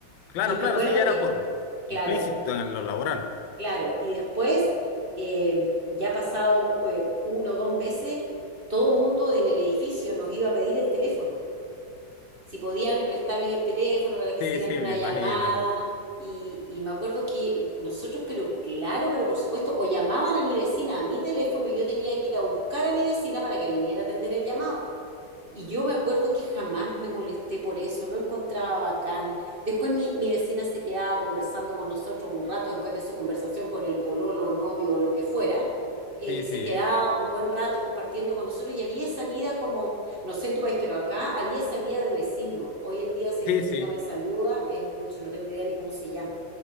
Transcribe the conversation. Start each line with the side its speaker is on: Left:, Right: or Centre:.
Left: Claro,
Right: Y me
Left: claro,
Right: acuerdo
Left: sí, era
Right: que,
Left: por
Right: claro,
Left: implícito en lo laboral.
Right: Claro, y después, eh, ya pasado eh, uno o dos meses, todo el mundo en el edificio nos iba a pedir el teléfono, si podían prestarles el teléfono para que hicieran
Left: Sí, sí,
Right: una
Left: me imagino.
Right: llamada. Y, y me acuerdo que nosotros, pero claro, pero por supuesto, o llamaban a mi vecina a mi teléfono y yo tenía que ir a buscar a mi vecina para que viniera a atender el llamado. Y yo me acuerdo que jamás me molesté por eso, lo encontraba bacán. Después mi, mi vecina se quedaba conversando con nosotros un rato después de su conversación con el pololo, novio o lo que fuera. eh,
Left: Sí,
Right: se
Left: sí.
Right: quedaba un buen rato compartiendo con nosotros y había esa vida como, no sé en tu país, pero acá había esa vida de vecino. Hoy en día si el
Left: Sí,
Right: vecino
Left: sí.
Right: me saluda es mucho, no tengo idea ni cómo se llama.